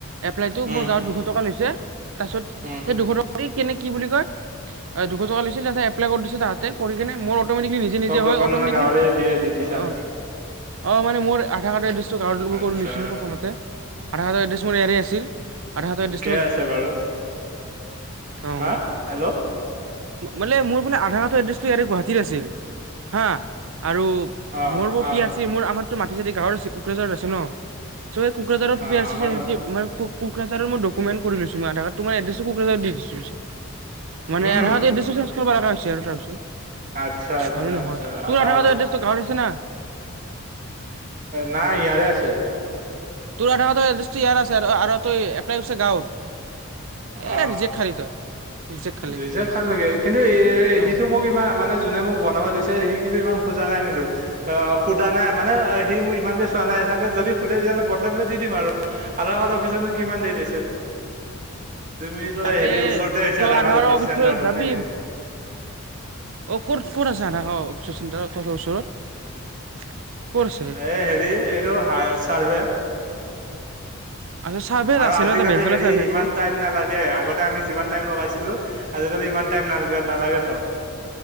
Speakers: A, on the right (about 65°); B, on the right (about 35°).
A: এপ্লাইটো
B: উম
A: মোৰ গাঁৱত দু <unintelligible> তাৰপিছত
B: উম
A: সেই দুশ টকা কেনে কি বুলি কয়। দুশ টকা লৈছিল তাতে এপ্লাই কৰি দিছিল তাঁহতে কৰি কিনে মোৰ অট'মেটিকেলি নিজে নিজে
B: চব
A: হয়
B: দোকান
A: অট'মেটিকেলি
B: মানে গাঁৱৰে দিয়ে দি দিছা।
A: অ', অ, মান মোৰধ কাৰ্ডৰ এড গাওঁৰ
B: আচ্ছা
A: কৰি লৈছিলো প্ৰথমতে। আধাৰ কাৰ্ড ৰ এড্ৰেছ মোৰ ইয়াৰেই আছিল। আধাৰ কাৰ্ডৰ এড্ৰেছ
B: ঠিকেই আছে বাৰু
A: অ',
B: হা, হেল্ল'।
A: মানে মোৰ মানে আধাৰ কাৰ্ডৰ এড্ৰেছটো ইয়াৰে গুৱাহাটী আছিল, হা। আৰু,
B: অ
A: মোৰ ব
B: অ
A: পি আৰ চি মোৰ আমাৰতো মাটি চাতি গাঁৱৰ আছিল। কোকৰাঝাৰ আছে ন। চ এই কোকৰাঝাৰৰ
B: অ
A: পি আৰ
B: আমাৰ
A: চি মানে কোকৰাঝাৰৰ মোৰ ড কমেন কৰি লৈছো মই আধাৰ কাৰ্ডৰ এড্ৰেছটো কোকৰাঝাৰ দি দিছো পিছত। মানে
B: উম
A: আধাৰ কাৰ্ডৰ এদ্দেজ কৰি লব লগা হৈছে আৰু তাৰপিছত।
B: আচ্ছা আচ্ছা
A: হয় নে নহয়
B: আচ্ছা আধা
A: তোৰ আধাৰ
B: হ'লে
A: কাৰ্ডৰ এড্ৰেছটো গাঁৱৰ আছে না।
B: নাই ইয়াৰে আছিল
A: তোৰ আধাৰ কাৰ্ড এড্ৰেছটো ইয়াৰ আছে আ আৰু তই এপ্লাই কৰছা গাঁৱৰ। এ
B: অ,
A: ৰিজেক্ট খালি তই ৰিজেক্ট খালি
B: ৰিজেক খালোঁ নেকি কিন্তু এ-এ
A: ন
B: সিটো মোক ইমান মানে যোনে মোক বনাব দিছে সি কিন্তু ইমান খোজা নাই কিন্তু অ সুধা নাই মানে অ সি মোৰ ইমানকে চোৱা নাই চাগে যদি সুধে দলে বদলাই পেলাই দি দিম আৰু আধাৰ অফিচতো কিমান দেৰি লৈছে, তুমি তই
A: আৰে
B: হেৰি ওচৰতেছা
A: তই
B: আধাৰ
A: আধাৰৰ
B: কাৰ্ড অফিচ
A: অফিচত
B: চেণ্টাৰটো
A: যাবি
B: নেকি?
A: অ ক'ত-ক'ত আছে আধাৰ অফিচৰ চেণ্টাৰত ত ওচৰত। ক'ত আছে
B: এ হেৰি এইটো হাই চাৰ্ভে।
A: আচ্ছা চাৰ্ভে
B: আৰু
A: আছে
B: আজিকালি
A: ন এটা বেলতলা
B: হেৰি
A: চাৰ্ভে
B: ইমান
A: আছে
B: টাইম নালাগে, আগতে আমি যিমান টাইম লগাইছিলো, আজিকালি ইমান টাইম নালাগে, নালাগে তো।